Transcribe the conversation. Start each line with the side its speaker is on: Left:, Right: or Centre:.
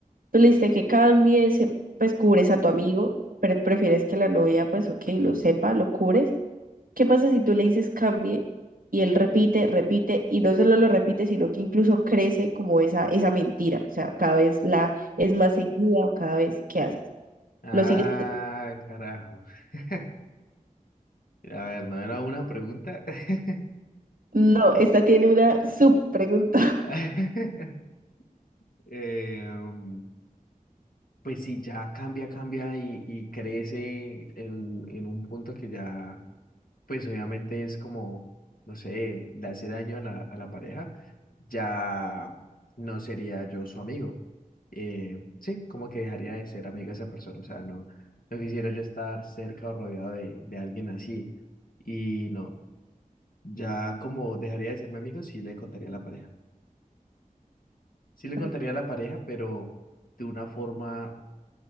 Right: Tú le diste que cambies, eh, pues cubres a tu amigo, pero prefieres que la novia, pues ok, no sepa, lo cubres, ¿Qué pasa si tú le dices cambie y él repite, repite y no solo lo repite, sino que incluso crece como esa, esa mentira? O sea, cada vez la es más seguida o cada vez que haces.
Left: Ah,
Right: ¿Lo sigues?
Left: carajo. <laughs> A ver, no era una pregunta. <laughs>
Right: No, esta tiene una subpregunta.
Left: <laughs>
Right: <laughs>
Left: Eh, mm, pues sí, ya cambia, cambia y, y crece en, en un punto que ya, pues obviamente es como, no sé, le hace daño a la, a la pareja, ya no sería yo su amigo. Eh, sí, como que dejaría de ser amiga de esa persona, o sea, no, no quisiera yo estar cerca o rodeado de, de alguien así. Y no, ya como dejaría de ser mi amigo, sí le contaría a la pareja. Sí le
Right: Ok,
Left: contaría a la pareja, pero de una forma